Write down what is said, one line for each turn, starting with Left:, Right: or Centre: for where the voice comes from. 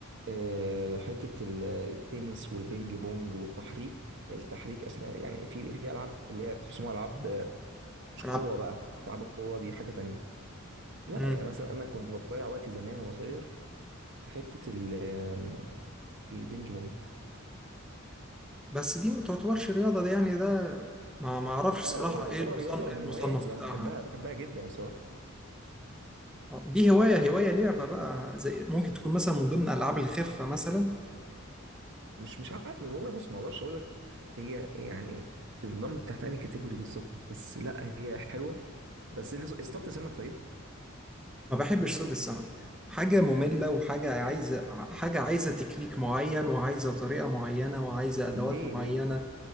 Right: آه، حته ال- التنس والبينج بونج والتحريك التحريك اثناء يعني في في العاب اللي هي بيسموها العاب آه، مش قوه
Centre: العب
Right: بقى العاب القوه دي حاجه تانية لا
Centre: امم
Right: يعني مثلا انا كنت بضيع وقتي زمان وانا صغير في حته ال- آم، البينج بونج
Centre: بس دي ما تعتبرش رياضة دي يعني ده ما ما اعرفش
Right: لا
Centre: صراحة
Right: إيه، تعتبر
Centre: ايه المصنف
Right: رياضة من
Centre: ايه المصنف
Right: هواياتي
Centre: بتاعها
Right: أنا بحبها بحبها جدا الصراحة
Centre: آه، دي هواية هواية لعبة بقى زي ممكن تكون مثلا من ضمن ألعاب الخفة مثلا
Right: مش مش عارف والله بص ما أقدرش أقول لك هي يعني تنضم تحت أي كاتيجوري بالظبط بس لا هي حلوة بس أنت اصطدت سمك طيب
Centre: ما بحبش صيد السمك حاجة مملة وحاجة
Right: <laughs>
Centre: عايزة حاجة عايزة تكنيك معين وعايزة طريقة معينة وعايزة أدوات
Right: ليه
Centre: معينة
Right: ليه